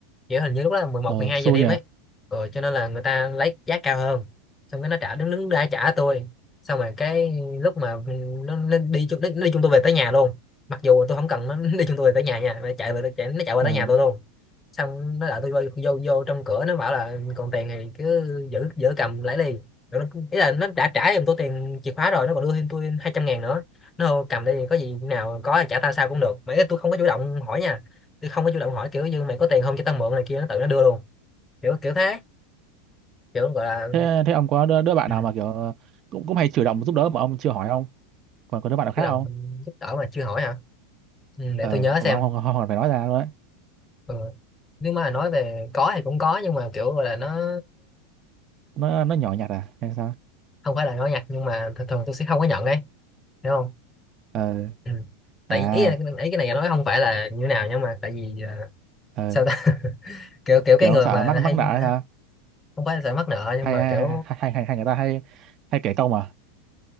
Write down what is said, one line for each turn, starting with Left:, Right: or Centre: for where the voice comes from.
Left: kiểu hình như lúc đó là mười một
Right: ờ
Left: mười hai
Right: xui
Left: giờ đêm
Right: nhỉ
Left: ấy rồi cho nên là người ta lấy giá cao hơn xong cái nó trả đứng đứng ra trả tôi xong rồi cái lúc mà nó, nó đi chung nó đi chung tôi về tới nhà luôn mặc dù tôi không cần nó <laughs> đi chung tôi về tới nhà nha nó chạy về chạy, nó chạy về
Right: ờ
Left: tới nhà tôi luôn xong nó đợi tôi vô, vô vô trong cửa nó bảo là còn tiền thì cứ giữ giữ cầm lấy đi rồi nó, ý là nó đã trả em tôi tiền chìa khóa rồi nó còn đưa thêm tôi hai trăm ngàn nữa nó cầm đây có gì nào có là trả tao sao cũng được mà ý là tôi không có chủ động hỏi nha tôi không có chủ động hỏi kiểu như mày có tiền không cho tao mượn này kia nó tự nó đưa luôn kiểu kiểu thế kiểu gọi là
Right: thế thế ông có đứa, đứa bạn
Left: ừ,
Right: nào mà kiểu ờ, cũng cũng hay chủ động giúp đỡ mà ông chưa hỏi không còn có đứa bạn nào khác
Left: chủ động
Right: không
Left: giúp đỡ mà chưa hỏi hả ừ, để
Right: ờ
Left: tôi nhớ
Right: mà
Left: xem
Right: ông không, không, không phải nói ra luôn đấy
Left: ừ. nếu mà nói về có thì cũng có nhưng mà kiểu gọi là nó
Right: nó nó nhỏ nhặt à hay sao
Left: không phải là nói nhặt nhưng mà thường thường tôi sẽ không có nhận đấy hiểu không
Right: ờ
Left: ừ.
Right: à
Left: tại ý, ý, ý cái này nói không phải là như thế nào nhưng mà tại vì ờ,
Right: ờ
Left: sao ta? kiểu kiểu
Right: kiểu
Left: cái
Right: ông
Left: người
Right: sợ
Left: mà
Right: mắc mắc
Left: hay
Right: nợ hay sao
Left: không phải là sợ mắc nợ nhưng
Right: hay
Left: mà
Right: hay
Left: kiểu
Right: hay, hay, hay hay người ta hay hay kể công à